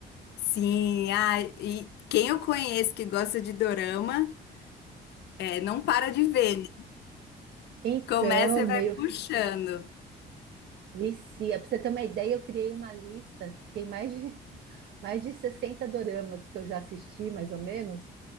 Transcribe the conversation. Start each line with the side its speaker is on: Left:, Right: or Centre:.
Left: Sim, ah, e quem eu conheço que gosta de dorama, é, não para de ver, né?
Right: Então,
Left: Começa e vai
Right: meio
Left: puxando.
Right: vicia. Pra você ter uma ideia, eu criei uma lista que tem mais de, <laughs> mais de sessenta doramas que eu já assisti, mais ou menos,